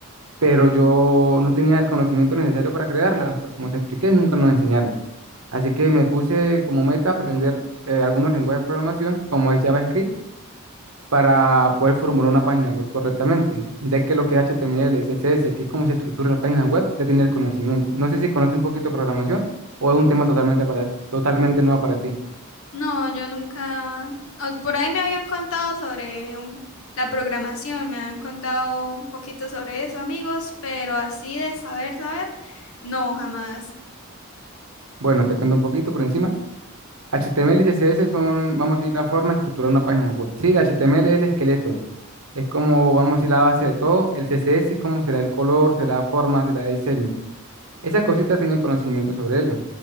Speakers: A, on the right (about 75°); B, on the left (about 65°).
A: pero yo no tenía el conocimiento necesario para crearla, porque como te expliqué, nunca nos enseñaron. Así que me puse como meta aprender eh, algunos lenguajes de programación, como es JavaScript, para poder formular una página web correctamente. De que lo que es HTML y CSS, que es cómo se estructura una página web, ya tenía el conocimiento. No sé si conoces un poquito de programación o es un tema totalmente, para, totalmente nuevo para ti.
B: No, yo nunca... ah, Por ahí me habían contado sobre un- la programación, me han contado un poquito sobre eso, amigos, pero así de saber, saber, no, jamás.
A: Bueno, te cuento un poquito por encima. HTML y CSS son, vamos a decir, la forma de estructurar una página web. Sí, HTML es el esqueleto Es como vamos a decir la base de todo. El CSS es como será el color, será forma, será diseño. Esas cositas tienen conocimiento sobre ello.